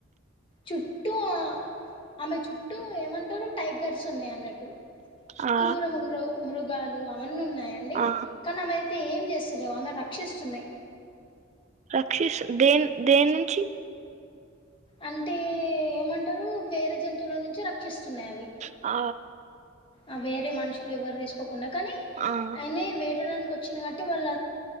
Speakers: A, on the left; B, on the right.
A: చుట్టూ ఆమె చుట్టూ ఏమంటరు టైగర్స్ ఉన్నయి అన్నట్టు.
B: ఆ
A: క్రూర ముగ్రౌ మృగాలు అవన్నీ ఉన్నాయండి
B: ఆ
A: కానీ ఆమె అయితే ఏం చేస్తలే ఆమెని రక్షిస్తున్నాయి.
B: రక్షిస్ దేన్ దేన్ నుంచి
A: అంటే ఏమంటరు వేరే జంతువుల నుంచి రక్షిస్తున్నాయి అవి
B: ఆ
A: ఆ వేరే మనుషులు ఎవరు తీసుకోకుండా కానీ
B: ఆ
A: ఆయనే వేటడానికి వ వచ్చిన కట్టి వాళ్ళ